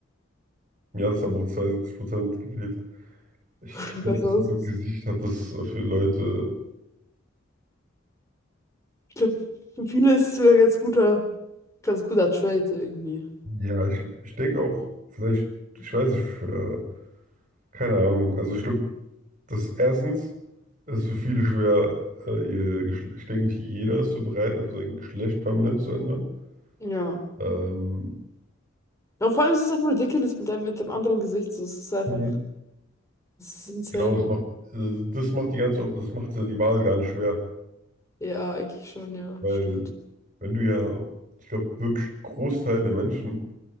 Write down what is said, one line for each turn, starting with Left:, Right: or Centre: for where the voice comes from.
Right: ja, das haben auch 72% gewählt. Ich,
Left: <laughs>
Right: ich glaube,
Left: Besser
Right: das mit
Left: ist
Right: dem
Left: es.
Right: Gesicht hat das äh, für Leute.
Left: Ich glaube, für viele ist es sogar ein ganz guter, ganz guter Trade irgendwie.
Right: Ja, ich, ich denke auch, vielleicht, ich weiß nicht, äh, Keine Ahnung. Also ich glaube, das erstens ist für viele schwer, äh, ihr Geschle- ich denke nicht jeder ist so bereit, einfach sein Geschlecht permanent zu ändern.
Left: Ja.
Right: Ähm,
Left: Ja, Und vor allem ist es einfach ridiculous mit dem, mit dem anderen Gesicht. So, Es ist einfach,
Right: Mhm.
Left: es ist insane.
Right: genau, das macht, äh, das macht die ganze, Op- das macht ja die Wahl gar nicht schwer,
Left: Ja, eigentlich schon, ja,
Right: weil
Left: stimmt.
Right: wenn du ja, ich glaube, wirklich Großteil der Menschen